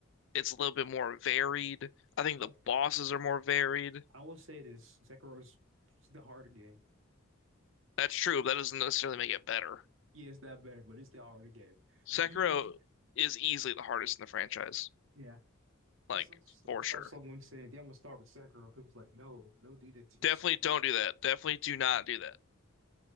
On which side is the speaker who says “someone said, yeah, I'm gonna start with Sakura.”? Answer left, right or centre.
Right